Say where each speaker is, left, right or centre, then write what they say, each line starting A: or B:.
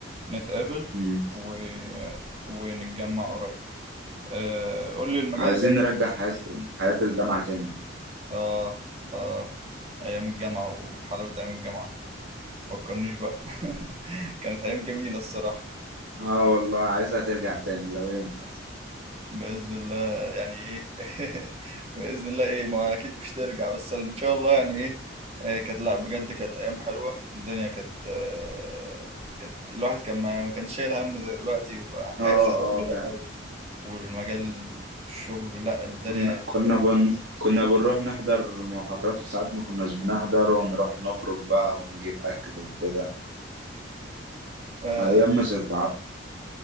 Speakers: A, on the right (about 30°); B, on the right (about 65°).
A: نتقابل
B: امم
A: و... ونتجمع قريب آه، قول لي المجال
B: عايزين
A: بقى اللي
B: نرجع
A: انت
B: حياة
A: شغال فيه
B: حياة الجامعة تاني
A: اه اه ايام الجامعة وحلاوة ايام الجامعة متفكرنيش بقى <laughs> كانت ايام جميلة الصراحة
B: اه والله عايزها ترجع تاني لو ينفع
A: بإذن الله يعني إيه <laughs> بإذن الله إيه ما أكيد مش ترجع بس إن شاء الله يعني إيه آه، كانت لأ بجد كانت أيام حلوة الدنيا كانت آه، كانت الواحد كان ما ما كانش شايل هم زي دلوقتي وحياة
B: اه
A: الشغل
B: اه
A: بقى
B: فعلا
A: والمجال الشغل لأ الدنيا
B: كنا كنا بن... كنا بنروح نحضر محاضرات وساعات ما كناش بنحضر ونروح نخرج بقى ونجيب أكل وكده
A: آه،
B: أيام مش هتتعوض